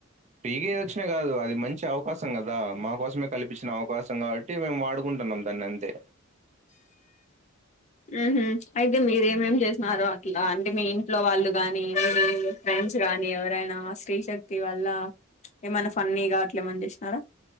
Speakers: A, on the right; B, on the left.
A: ఫ్రీగా ఏదొచ్చినా గాదు అది మంచి అవకాశం గదా! మా కల్పించిన అవకాశం కాబట్టి మేము వాడుకుంటున్నాం దాన్ని అంతే
B: ఉహు అయితే మీరేమేం చేసినారో అట్లా అంటే మీ ఇంట్లో వాళ్ళు గాని, మీ ఫ్రెండ్స్ రాని ఎవరైనా శ్రీశక్తి వల్ల ఏమైనా ఫన్నీగా అట్లే ఏమని చేసినారా?